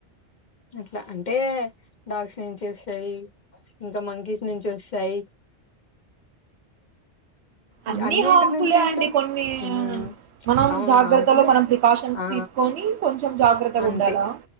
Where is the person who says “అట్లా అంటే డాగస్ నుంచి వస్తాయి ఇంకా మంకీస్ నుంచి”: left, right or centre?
Left